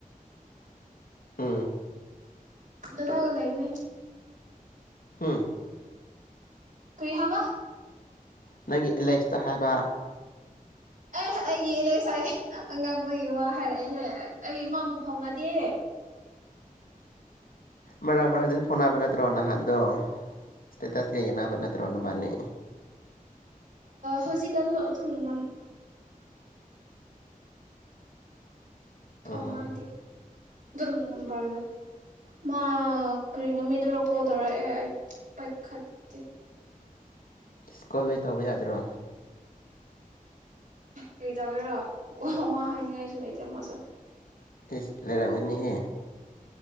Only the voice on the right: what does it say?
ꯏꯗ ꯊꯒ ꯂꯩꯕꯅꯦ
ꯀꯔꯤ ꯍꯥꯏꯕ
ꯑ ꯑꯩꯦꯂ ꯉꯁꯥꯏ ꯑꯉꯛꯄꯒꯤ ꯋꯥ ꯍꯥꯏꯔꯛꯑꯦꯍꯦ ꯑꯩꯃꯕꯨ ꯐꯥꯎꯅꯗꯦ
ꯍꯧꯖꯤꯛꯀꯥꯟ ꯑꯗꯨꯝꯝꯕ ꯐꯥꯎ
ꯃꯥꯗꯦ ꯑꯗꯨꯝꯔ ꯃꯥ ꯀꯔꯤ ꯅꯨꯃꯤꯗꯔꯣ ꯀꯣꯜ ꯇꯧꯔꯛꯑꯦ ꯑꯩ ꯄꯥꯏꯈꯠꯇꯦ
ꯀꯔꯤ ꯇꯧꯒꯦꯔꯣ ꯋꯥ ꯍꯥꯏꯅꯤꯡꯉꯥꯏꯁꯨ ꯂꯩꯇꯦ ꯃꯥꯁꯨ